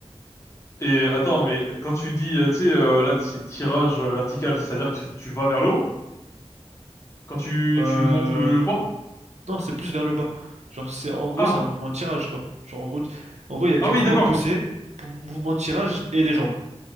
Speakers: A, on the left; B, on the right.
A: Et attends, mais quand tu dis, euh, tu sais, euh, là, c'est tirage euh, vertical, c'est-à-dire que tu vas vers le haut quand tu,
B: Euh,
A: tu montes le, le poids?
B: Non, c'est plus vers le bas. Genre, c'est en gros,
A: Ah,
B: c'est un mouvement de tirage, quoi. Genre, en gros, tu- en gros, il y a des
A: ah oui,
B: mouvements
A: d'accord.
B: de poussée, pou- mouvement de tirage et les jambes.